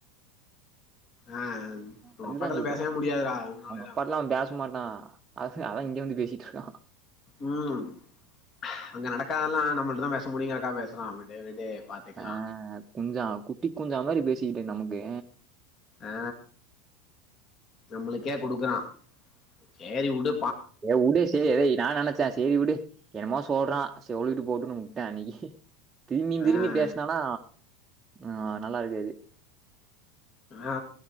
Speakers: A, on the left; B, on the right.
A: ஆ உங்க
B: அதுதா
A: அப்பாட்டல்லா
B: சொல்றே
A: பேசவே முடியாதுடா இவனாலலா
B: அவுங்க அப்பால்லா அவ பேச மாட்டா அது அதா இங்க வந்து பேசிட்டு இருக்கா
A: உம் அங்க நடக்காதெல்லா நம்மட்ட தா பேச முடியுங்கிறதுக்காக பேசுறா விடு விடு பாத்துக்கலா
B: அ குஞ்சா குட்டி குஞ்சா மாரி பேசிக்கிட்டு நமக்கு
A: ஆ நம்மளுக்கே குடுக்குறா சேரி விடு
B: ஏ விடு செரி ஏதய நா நெனச்சே சேரி விடு என்னமா சொல்றா செரி சொல்லிட்டு போட்டுனு விட்டே அன்னைக்கு திரும்பியு திரும்பியு
A: ஆ
B: பேசுனானா ஆ நல்லா இருக்காது
A: ஆ